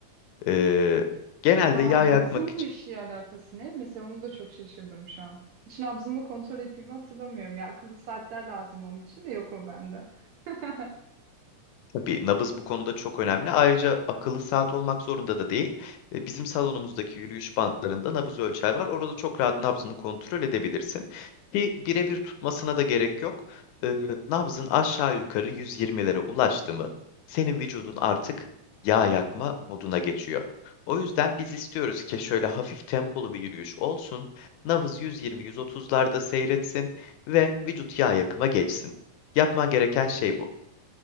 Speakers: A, on the left; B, on the right.
A: Ee, genelde
B: Aa,
A: yağ yakmak
B: nabzın bu işle alakası ne? Mesela onu da çok şaşırdım şu an. Hiç nabzımı kontrol ettiğimi hatırlamıyorum. Ya akıllı saatler lazım onun için de yok o bende. <laughs>
A: Tabii nabız bu konuda çok önemli. Ayrıca akıllı saat olmak zorunda da değil. E, Bizim salonumuzdaki yürüyüş bantlarında nabız ölçer var. Orada çok rahat nabzını kontrol edebilirsin. Ki birebir tutmasına da gerek yok. E, nabzın aşağı yukarı 120'lere ulaştı mı senin vücudun artık yağ yakma moduna geçiyor. O yüzden biz istiyoruz ki şöyle hafif tempolu bir yürüyüş olsun. Nabız 120-130'larda seyretsin ve vücut yağ yakıma geçsin. Yapman gereken şey bu.